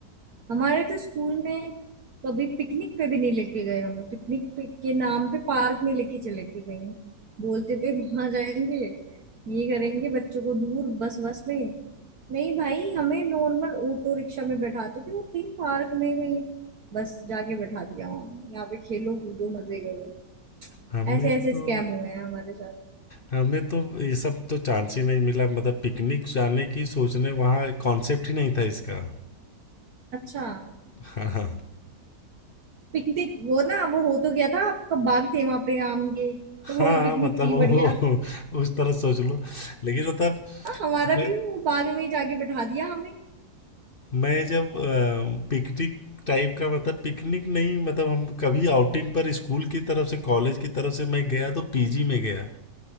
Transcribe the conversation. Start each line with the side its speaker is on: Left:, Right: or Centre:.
Right: हमारे तो स्कूल में कभी पिकनिक पे भी नहीं लेके गए हमें पिकनिक पे के नाम पे पार्क में लेके चले के गए हैं। बोलते थे वहां जाएंगे ये करेंगे बच्चों को दूर बस बस में नहीं भाई हमें नॉर्मल ऑटो रिक्शा में बैठाते थे वो कहीं पार्क में कहीं बस जाके बैठा दिया वहां यहाँ पे खेलो कूदो मजे करो
Left: हमें
Right: ऐसे ऐसे
Left: तो
Right: स्कैम हुए हैं हमारे साथ
Left: हमें तो ये सब तो चांस ही नहीं मिला मतलब पिकनिक जाने की सोचने वहाँ कॉन्सेप्ट ही नहीं था इसका
Right: अच्छा
Left: हाँ हाँ
Right: पिकनिक वो ना वो हो तो गया था आपका बाग थे वहां पे आम के तो
Left: हाँ
Right: वो ही पिकनिक
Left: मतलब
Right: थी बढ़िया
Left: वो उस तरह सोच लो लेकिन मतलब
Right: हाँ हमारा भी
Left: मैं
Right: वो बाग में ही जाके बिठा दिया हमें
Left: मैं जब पिकनिक टाइप का मतलब पिकनिक नहीं मतलब हम कभी आउटिंग पर स्कूल की तरफ से कॉलेज की तरफ से मैं गया तो पीजी में गया